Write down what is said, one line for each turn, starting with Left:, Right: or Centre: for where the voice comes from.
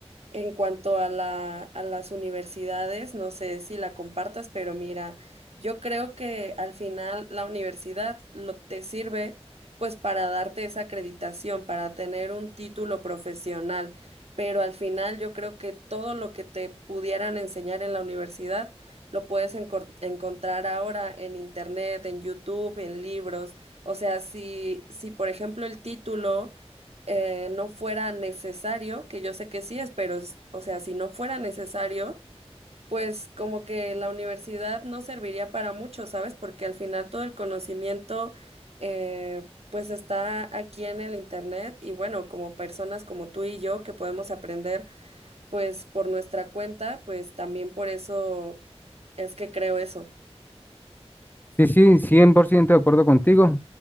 Right: en cuanto a la, a las universidades, no sé si la compartas, pero mira, yo creo que al final la universidad lo te sirve pues para darte esa acreditación, para tener un título profesional, pero al final yo creo que todo lo que te pudieran enseñar en la universidad lo puedes encor- encontrar ahora en internet, en YouTube, en libros. O sea, si si por ejemplo el título eh, no fuera necesario, que yo sé que sí es, pero, es- o sea, si no fuera necesario, pues como que la universidad no serviría para mucho, ¿sabes? Porque al final todo el conocimiento, eh, pues está aquí en el internet y bueno, como personas como tú y yo que podemos aprender, pues por nuestra cuenta, pues también por eso es que creo eso.
Left: Sí, sí, 100% de acuerdo contigo.